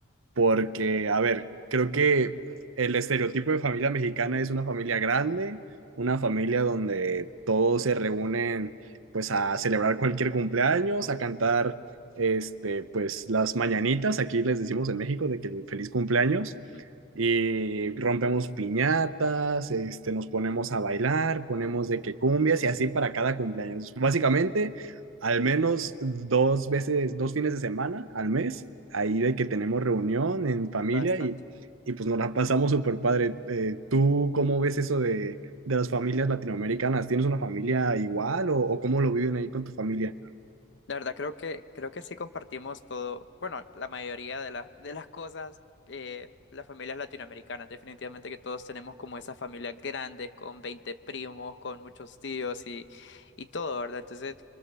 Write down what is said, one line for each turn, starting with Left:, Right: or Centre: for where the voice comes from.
Right: porque, a ver, creo que el estereotipo de familia mexicana es una familia grande, una familia donde todos se reúnen pues a celebrar cualquier cumpleaños, a cantar este pues las mañanitas, aquí les decimos en México de que el feliz cumpleaños
Left: Ujú.
Right: y rompemos piñatas, este nos ponemos a bailar, ponemos de que cumbias y así para cada cumpleaños. Básicamente, al menos dos veces, dos fines de semana al mes ahí de que tenemos reunión en familia
Left: Bastante.
Right: y, y pues nos la pasamos súper padre. Eh, ¿tú cómo ves eso de, de las familias latinoamericanas? ¿Tienes una familia igual o, o cómo lo viven ahí con tu familia?
Left: La verdad, creo que, creo que sí compartimos todo, bueno, la mayoría de, las de las cosas, eh, las familias latinoamericanas, definitivamente que todos tenemos como esas familias grandes, con 20 primos, con muchos tíos y, y todo, ¿verdad? Entonces,